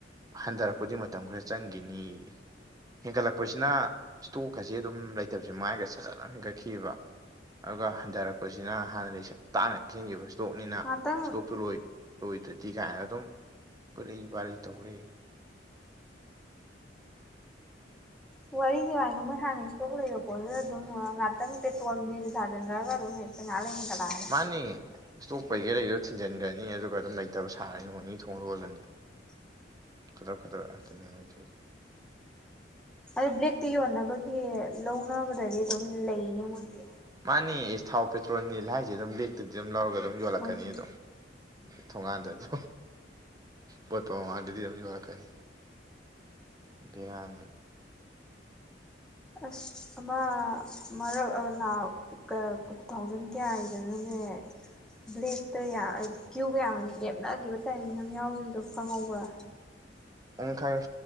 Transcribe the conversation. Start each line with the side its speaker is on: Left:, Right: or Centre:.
Right: ꯍꯟꯗꯔꯛꯄꯗꯤ ꯃꯇꯝ ꯈꯔ ꯆꯪꯒꯤꯅꯦꯌꯦ ꯍꯦꯟꯀꯠꯂꯛꯄꯁꯤꯅꯥ ꯏꯁꯇꯣꯛꯀꯁꯦ ꯑꯗꯨꯝ ꯂꯩꯇꯕꯖꯦ ꯃꯥꯏꯒꯔꯦ ꯐꯖꯅ ꯍꯦꯟꯒꯠꯈꯤꯕꯥ ꯑꯧꯒ ꯍꯟꯗꯔꯛꯄꯖꯤꯅ ꯍꯥꯟꯅ ꯂꯩꯁꯟ ꯇꯥꯡꯅ ꯂꯩꯁꯟꯒꯤꯕ ꯇꯣꯛꯅꯤꯅꯥ
Centre: ꯉꯍꯥꯛꯇꯪ
Right: ꯏꯁꯇꯣꯛꯇꯨ ꯂꯣꯏ ꯂꯣꯏꯗ꯭ꯔꯗꯤ ꯀꯥꯏꯅ ꯑꯗꯨꯝ ꯄꯨꯔꯩ ꯄꯥꯔꯩ ꯇꯧ ꯂꯩꯌꯦ
Centre: ꯋꯥꯔꯤꯒꯤ ꯋꯥꯅꯤ ꯃꯣꯏ ꯍꯥꯟꯅ ꯏꯁꯇꯣꯛ ꯂꯩꯕ ꯄꯣꯠꯇꯨꯗ ꯑꯗꯨꯝ ꯉꯥꯠꯇꯪ ꯄꯦꯇꯣꯜ ꯅꯤꯜ ꯊꯥꯖꯤꯟꯈ꯭ꯔꯒ ꯑꯗꯨꯝ ꯍꯦꯛꯇ ꯉꯥꯏꯍꯥꯛ ꯂꯩ ꯍꯦꯟꯒꯠꯂꯛꯑꯅꯤ
Right: ꯃꯥꯟꯅꯤ ꯏꯁꯇꯣꯛ ꯄꯩꯒꯩ ꯂꯩꯗꯣ ꯊꯤꯡꯖꯟꯒ꯭ꯔꯅꯤ ꯑꯗꯨꯒ ꯑꯗꯨꯝ ꯂꯩꯇꯕ ꯁꯥꯔꯅꯤ ꯅꯣꯡ ꯅꯤꯅꯤ ꯊꯣꯡ ꯂꯣꯜꯂꯅꯤ ꯈꯗ꯭ꯔꯛ ꯐꯗ꯭ꯔꯛ ꯉꯥꯛꯇꯅꯤ ꯃꯣꯏ ꯇꯩꯖꯦ
Centre: ꯑꯔ ꯕ꯭ꯂꯦꯛꯇ ꯌꯣꯟꯅꯕꯒꯤ ꯂꯧꯅꯕꯗꯗꯤ ꯑꯗꯨꯝ ꯂꯩꯅꯦ ꯃꯣꯏꯒꯤ
Right: ꯃꯥꯟꯅꯤ ꯏꯁ ꯊꯥꯎ ꯄꯦꯇ꯭ꯔꯣꯜ ꯅꯤꯜ ꯍꯥꯏꯖꯦ ꯑꯗꯨꯝ ꯕ꯭ꯂꯦꯛꯇ ꯑꯗꯨꯝ ꯂꯧꯔꯒ ꯑꯗꯨꯝ ꯌꯣꯜꯂꯛꯀꯅꯤ
Centre: ꯃꯣꯏꯒꯤ
Right: ꯑꯗꯨꯝ ꯊꯣꯡꯉꯥꯟꯗ ꯑꯗꯣ ꯑꯣꯏꯜꯄꯝ ꯃꯃꯥꯡꯗꯗꯤ ꯑꯗꯨꯝ ꯌꯣꯔꯛꯀꯅꯤ ꯕꯦꯔꯥꯅꯤ
Centre: ꯑꯁ ꯑꯃꯥ ꯃꯔꯛ ꯑꯃ ꯅꯥꯎ ꯑꯥ ꯇꯨ ꯊꯥꯎꯖꯟ ꯀꯌꯥꯒꯤꯗꯅꯣꯅꯦ ꯖꯦ ꯕ꯭ꯂꯦꯛꯇ ꯌꯥ ꯀ꯭ꯌꯨꯒ ꯌꯥꯝ ꯂꯦꯞꯅꯒꯤꯕ ꯇꯥꯏꯃꯤꯡ ꯑꯃ ꯌꯥꯎꯒꯤꯕꯗꯣ ꯈꯪꯍꯧꯕ꯭ꯔꯥ <inaudible>
Right: ꯑꯪ ꯈꯪꯑꯦ